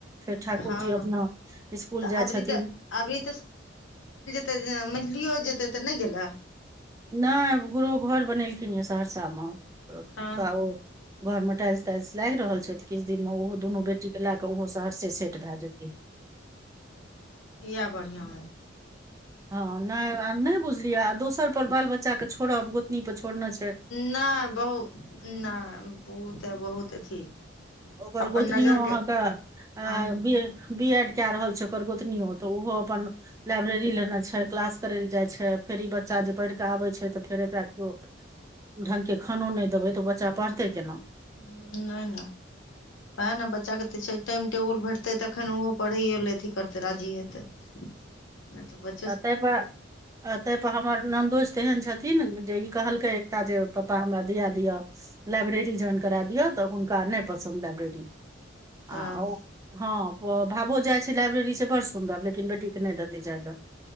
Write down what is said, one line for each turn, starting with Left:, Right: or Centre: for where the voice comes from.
Right: फेर ठाकुर
Left: हँ
Right: जी अपना स्कूल
Left: तऽ
Right: जाइ
Left: अबरी
Right: छथिन
Left: तऽ अबरी तऽ मंझलियो जेते तऽ नहि गेलय
Right: नहि गुरो घर बनेलखिन ये सहरसामे हुनका
Left: हँ
Right: ओ घर मे टाइल्स ताइल्स लागि रहल छै किछु दिन मे ओहो दुनू बेटी के लै क ओहो सहरसे सेट भै जेथिन
Left: इएह बढ़िआँ हेतै
Right: हँ नहि आ नहि बुझलियै आ दोसर पर बाल बच्चा के छोड़ब गोतनी परे छोड़ने छी
Left: नहि बहुत नहि ओ तऽ बहुत अथी
Right: ओकर
Left: अपन
Right: गोतनीयो
Left: नजरके
Right: अहाँके अ
Left: अन
Right: बिर बी एड कए रहल छै ओकर गोतनियो तऽ ओहो अपन लाइब्रेरी लेने छै क्लास करय लए जाइ छै फेर ई बच्चा जे पढ़ि कऽ आबै छै तऽ फेर एकरा केओ ढंगके खानो नइ देबै तऽ ओ बच्चा पढ़तै केना
Left: हूं नइ नइ वएह न बच्चाके तऽ छै टाइम टेबुल भेटतै तखन ओहो पढ़ैयए लए अथी करतै राजी हेतै नहि तऽ ब
Right: आ तै पर तै पर हमर ननदोसि तेहन छथिन जे ई कहलकै एकटा जे पप्पा हमरा दिया दिअ लाइब्रेरी ज्वाइन करा दियौ तऽ हुनका नहि पसन्द लाइब्रेरी
Left: हँ
Right: आ हँ भाबो जाइ छै लाइब्रेरी से बड़ सुन्दर लेकिन बेटीके नइ देतै जाय ल